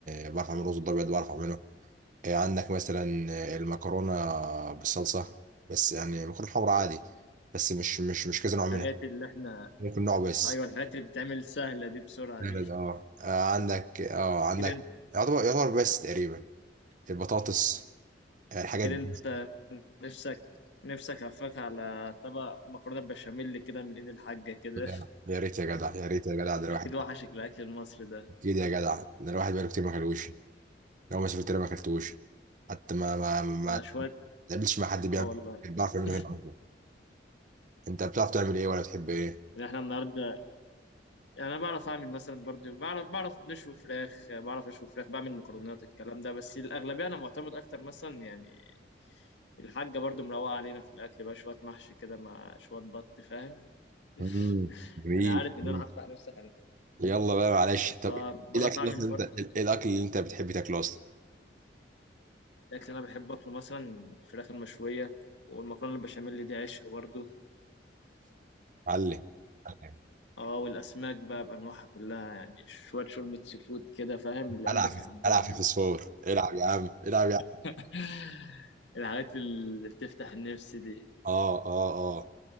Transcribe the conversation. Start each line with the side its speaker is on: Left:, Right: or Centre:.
Right: آه، بعرف اعمل رز الابيض بعرف اعمله آه، عندك مثلا آه، المكرونه بالصلصه بس يعني مكرونه حمرا عادي بس مش مش مش كذا نوع منها
Left: الحاجات اللي إحنا
Right: ممكن نوع بس
Left: أيوه الحاجات اللي بتتعمل سهلة دي بسرعة
Right: بارد
Left: دي
Right: اه آه، عندك اه عندك
Left: <laughs> كده أنت
Right: يعتبر يعتبر بس تقريبا البطاطس آه، الحاجات
Left: كده
Right: دي
Left: أنت نفسك نفسك هفاك على طبق مكرونة بشاميل كده من إيد الحاجة كده
Right: جدع. يا ريت يا جدع يا ريت يا جدع ده الواحد
Left: اكيد وحشك الاكل المصري ده
Right: اكيد يا جدع ده الواحد بقاله كتير ما كلوش لو ما سافرت هنا ما كلتوش حتى ما ما ما
Left: ولا شوية
Right: تقابلش مع حد بيعمل
Left: اه والله
Right: بيعرف يعمله
Left: <laughs>
Right: هنا أصلاً. انت بتعرف تعمل ايه ولا بتحب ايه؟
Left: يعني احنا النهارده يعني انا بعرف اعمل مثلا برضو بعرف بعرف نشوي فراخ بعرف اشوي فراخ بعمل مكرونات الكلام ده بس الاغلبيه انا معتمد اكتر مثلا يعني الحاجه برضو مروقه علينا في الاكل بقى شويه محشي كده مع شويه بط فاهم <laughs>
Right: مم. جميل
Left: انا عارف ان
Right: جميل.
Left: انا هفتح نفسي خانق
Right: يلا بقى معلش طب
Left: اه
Right: ايه
Left: بعرف
Right: الاكل
Left: اعمل
Right: اللي
Left: برضو
Right: انت ايه الاكل اللي انت بتحب تاكله اصلا؟
Left: الاكل اللي انا بحب اكله مثلا الفراخ المشويه والمكرونه البشاميل دي عشق برضو
Right: علم علم.
Left: اه والاسماك بقى بانواعها كلها يعني شويه شوربه سي فود كده فاهم اللي
Right: العب
Left: قلبك
Right: في
Left: يحبهم
Right: العب في فسفور العب يا عم العب يا عم
Left: <laughs> الحاجات اللي بتفتح النفس دي
Right: اه اه اه